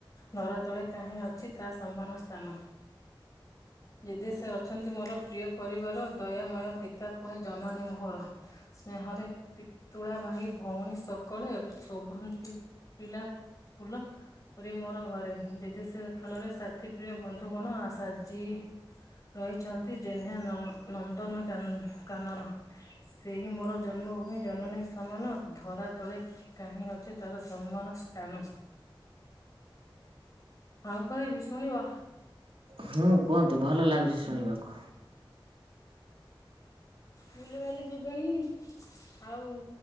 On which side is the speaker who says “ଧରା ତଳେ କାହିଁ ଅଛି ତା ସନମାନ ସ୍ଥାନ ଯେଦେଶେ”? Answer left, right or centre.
Left